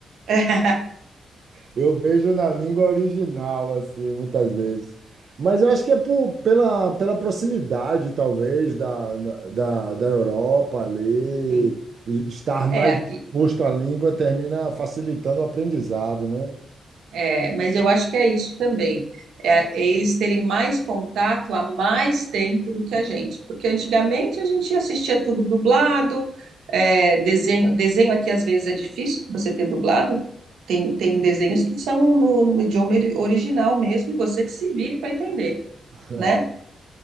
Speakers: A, on the right; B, on the right.
A: <laughs>
B: Eu vejo na língua original, assim, muitas vezes. Mas eu acho que é por, pela, pela proximidade, talvez, da, da, da Europa ali,
A: Sim.
B: e estar mais
A: É, aqui,
B: exposto à língua termina facilitando o aprendizado, né?
A: É, mas eu acho que é isso também. É, é eles terem mais contato há mais tempo do que a gente. Porque antigamente a gente assistia tudo dublado, é, desenho, desenho aqui às vezes é difícil você ter dublado. Tem, tem desenhos que são no, no idioma ori- original mesmo, e você que se vire para entender,
B: É,
A: né?